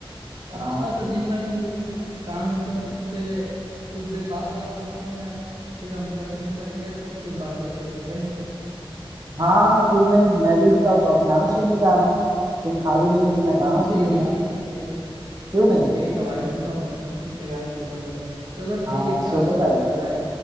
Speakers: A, on the right; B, on the right.
A: अच्छा
B: हाँ
A: सचिन भाई मुझे थोड़ा कुछ काम है तो मैं तुमसे कुछ देर बाद बात करता हूँ यार फिर हम कंटिन्यू करेंगे ऐसा तो बातें शेयर करेंगे
B: हाँ क्यों नहीं मैं भी तो अब अब गाना सुनने जा रहा हूँ तुम खाली नहीं हो तो मैं गाना सुन
A: ठीक
B: लूंगा
A: है ठीक है ठीक है
B: क्यों नहीं
A: ठीक है भाई सुनो अपने हनी सिंह के गाने सुनो तुम चलो ठीक
B: हाँ
A: है ख्याल
B: सुनो
A: रखो
B: भाई
A: फिर बाय